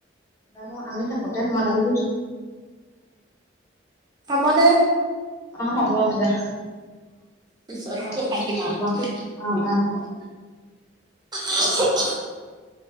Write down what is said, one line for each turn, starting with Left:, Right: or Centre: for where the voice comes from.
Left: ন <unintelligible> আমি থাকোতে সোমালে যদি
Right: মানে
Left: অ হব দিয়া
Right: পিছত
Left: আহ
Right: আকৌ পাতিম আও
Left: আহ আহ
Right: <inaudible>